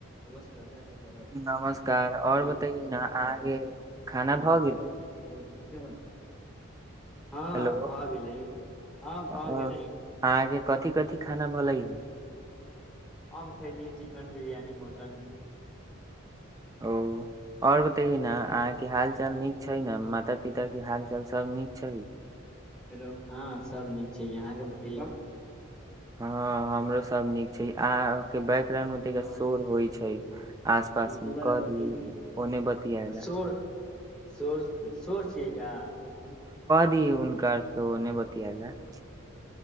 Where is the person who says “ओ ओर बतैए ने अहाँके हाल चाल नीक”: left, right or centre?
Right